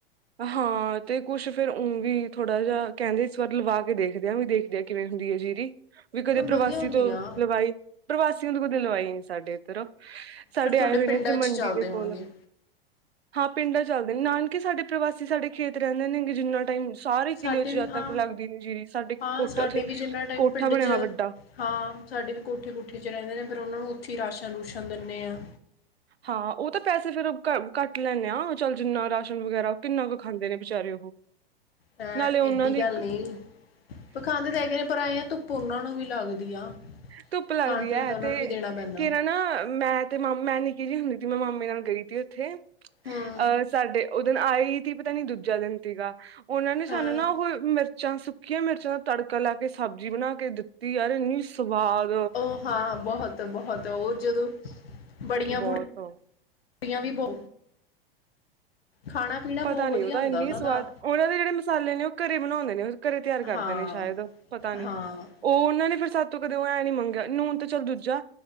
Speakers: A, on the right; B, on the left.
A: ਹ ਹਾਂ, ਤੇ ਕੁੱਛ ਫੇਰ ਉਹ ਵੀ ਥੋੜਾ ਜਿਹਾ ਕਹਿੰਦੇ, ਇਸ ਵਾਰ ਲਵਾ ਕੇ ਦੇਖਦੇ ਆ, ਵੀ ਦੇਖਦੇ ਆ ਕਿਵੇਂ ਹੁੰਦੀ ਹੈ ਜੀਰੀ। ਵੀ ਕਦੇ
B: ਵਧੀਆ
A: ਪ੍ਰਵਾਸੀ
B: ਹੁੰਦੀ
A: ਤੋਂ
B: ਆ
A: ਲਵਾਈ, ਪ੍ਰਵਾਸੀਆਂ ਤੋਂ ਕਦੇ ਲਵਾਈ ਨੀ ਸਾਡੇ ਇੱਧਰ। ਸਾਡੇ
B: ਫਿਰ ਤੁਹਾਡੇ
A: ਆਏ ਹੋਏ
B: ਪਿੰਡਾਂ
A: ਨੇ ਇੱਥੇ, ਮੰਡੀ
B: 'ਚ ਚੱਲਦੇ
A: ਦੇ
B: ਹੋਣਗੇ
A: ਕੋਲ। ਹਾਂ, ਪਿੰਡਾਂ ਚੱਲਦੇ ਨੇ, ਨਾਨਕੇ ਸਾਡੇ ਪ੍ਰਵਾਸੀ ਸਾਡੇ ਖੇਤ ਰਹਿੰਦੇ ਨੇਗੇ ਜਿੰਨਾ ਟਾਈਮ। ਸਾਰੇ ਕਿਲ੍ਹੇ'ਚ
B: ਸਾਡੇ
A: ਜਦ
B: ਵੀ
A: ਤੱਕ
B: ਹਾਂ
A: ਲੱਗਦੀ ਨੀ ਜੀਰੀ, ਸਾਡੇ
B: ਹਾਂ
A: ਕੋਠੇ
B: ਸਾਡੇ
A: ਉੱਥੇ
B: ਵੀ ਜਿੰਨਾ ਟਾਈਮ
A: ਕੋਠਾ
B: ਪਿੰਡ
A: ਬਣਿਆ
B: 'ਚ
A: ਵੱਡਾ।
B: ਹਾਂ, ਸਾਡੇ ਵੀ ਕੋਠੇ-ਕੁਠੇ ਚ ਰਹਿੰਦੇ ਨੇ, ਫੇਰ ਉਹਨਾਂ ਨੂੰ ਉੱਥੇ ਹੀ ਰਾਸ਼ਨ-ਰੂਸ਼ਨ ਦਿੰਦੇ ਹਾਂ।
A: ਹਾਂ, ਉਹ ਤਾਂ ਪੈਸੇ ਫੇਰ ਕੱਟ ਲੈਂਨੇ ਆ, ਚੱਲ ਜਿੰਨਾ ਰਾਸ਼ ਫਰੂਟ ਵਗੈਰਾ, ਉਹ ਕਿਨਾ ਕੁ ਖਾਦੇ ਨੇ ਵਿਚਾਰੇ ਉਹ-
B: ਹੈ
A: ਨਾਲੇ ਉਹਨਾਂ
B: ਏਡੀ
A: ਦੀ
B: ਗੱਲ ਨਹੀ, ਔ ਖਾਦੇ ਤਾਂ ਹੈਗੇ ਏ ਨੇ ਪਰਾਏਆਂ ਤੂ- ਧੁੱਪ ਊਨਾ ਨੂੰ ਵੀ ਲੱਗਦੀ ਆ-
A: ਧੁੱਪ ਲੱਗਦੀ
B: ਖਾਣ ਪੀਣ
A: ਹੈ,
B: ਤਾਂ
A: ਤੇ
B: ਉਹਨਾਂ ਨੂੰ ਵੀ ਦੇਣਾ ਪੈਂਦਾ
A: ਕਿਹੜਾ ਨਾ ਮੈ- ਤੇ ਮੈ ਨਿਕੀ ਜਿਹੀ ਹੁੰਦੀ, ਤੇ ਮੈਂ ਮਾਮੇ ਨਾਲ ਗਈ ਸੀ ਉਥੇ
B: ਹੂੰ
A: ਅਹ ਸਾਡੇ- ਉਹ ਦਿਨ ਆਏ ਹੀ ਸੀ, ਪਤਾ ਨੀ ਦੂਜਾ ਦਿਨ ਸੀਗਾ, ਉਹਨਾ ਨੇ ਸਾਨੂੰ
B: ਹਾਂ
A: ਨਾ ਉਹ ਮ- ਚੱਲ ਸੁੱਕੀਆਂ ਮਿਰਚਾਂ ਦਾ ਤੜਕਾ ਲੈ ਕੇ, ਸਬਜ਼ੀ ਬਣਾ ਕੇ ਦਿੱਤੀ, ਯਾਰ ਇੰਨੀ ਸਵਾਦ-
B: ਉਹ ਹਾਂ ਬਹੁਤ- ਬਹੁਤ ਉਹ ਜਦੋ ਬੜੀਆਂ
A: ਬਹੁਤ
B: ਬੁੜੀਆਂ- ਕੁੜੀਆਂ ਵੀ ਬੋ ਖਾਣਾ- ਪੀਣਾ
A: ਪਤਾ
B: ਬਹੁਤ ਵਧੀਆ
A: ਨੀ ਉਹ ਤਾਂ
B: ਹੁੰਦਾ
A: ਇੰਨ
B: ਉਹਨਾਂ
A: ਸਵਾਦ,
B: ਦਾ
A: ਉਹਨਾ ਦੇ ਜਿਹੜੇ ਮਸਾਲੇ ਨੇ ਉਹ ਘਰੇ ਬਣਾਉਦੇ ਨੇ ਉਹ ਘਰੇ ਤਿਆਰ ਕਰਦੇ
B: ਹਾਂ
A: ਨੇ, ਸ਼ਾਇਦ ਉਹ- ਪਤਾ
B: ਹਾਂ
A: ਨੀ ਉਹ ਉਹਨਾ ਨੇ ਫਿਰ ਸਾਡੇ ਤੋ ਕਦੇ ਉਹ ਐ ਨੀ ਮੰਗਿਆ, ਨੂਣ ਤਾਂ ਚੱਲ ਦੂਜਾ-